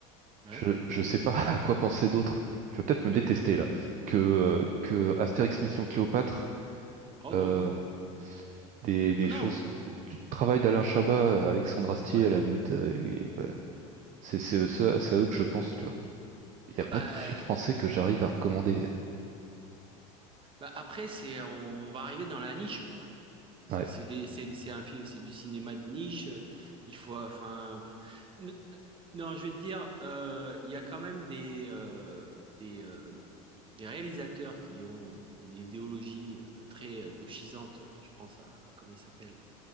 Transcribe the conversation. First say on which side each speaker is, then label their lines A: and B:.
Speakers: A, on the right (about 30°); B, on the right (about 45°).
A: ouais,
B: je je sais pas <laughs> à quoi penser d'autre. Tu vas peut-être me
A: que
B: détester
A: des comédies.
B: là. Que, euh, que Astérix Mission Cléopâtre,
A: Oh
B: euh,
A: non, non.
B: des, des
A: Ah
B: choses,
A: non,
B: du travail d'Alain Chabat, euh, Alexandre Astier
A: ouais, ouais.
B: à la limite, euh, et, euh, c'est c'est eux- c'est à c'est à eux que je pense, tu vois. Il n'y
A: Ah
B: a pas
A: bah,
B: de film français que j'arrive à recommander.
A: bah après, c'est, on va arriver dans la niche, quoi. C'est
B: Ouais.
A: c'est des- c'est- c'est un film, c'est du cinéma de niche. euh, Il faut, enfin, n- non, je vais te dire, euh, il y a quand même des, euh, des, euh, des réalisateurs qui ont euh, une idéologie euh, très euh, gauchisante. Euh, Je pense à, comment il s'appelle?